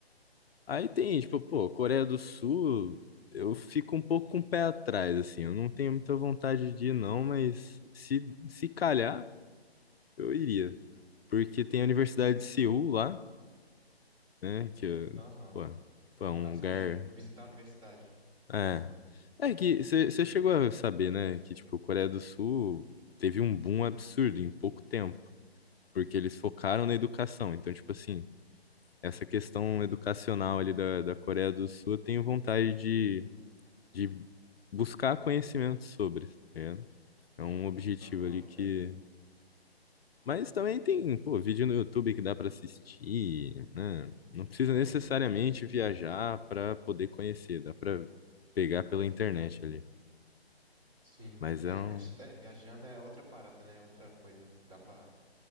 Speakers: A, on the left; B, on the right.
A: Aí tem, tipo, pô, Coreia do Sul, eu fico um pouco com o pé atrás, assim. Eu não tenho muita vontade de ir, não, mas se, se calhar, eu iria. Porque tem a Universidade de Seul
B: Core-
A: lá. né? Que, eu-
B: Aham.
A: pô, pô, é um
B: Ah, você
A: lugar.
B: queria visitar a universidade.
A: É. É que você chegou a saber, né? Que, tipo, a Coreia do Sul teve um boom absurdo em pouco tempo, porque eles focaram na educação. Então, tipo assim, essa questão educacional ali da, da Coreia do Sul, eu tenho vontade de, de buscar conhecimento sobre, tá ligado? É um objetivo
B: Aham.
A: ali que Mas também tem, pô, vídeo no YouTube que dá para assistir, né? Não precisa
B: É,
A: necessariamente
B: é.
A: viajar para poder conhecer, dá para pegar pela internet ali.
B: Sim.
A: Mas
B: É,
A: é um.
B: mas é, viajando é outra parada, né? É Outra coisa. Dá pra.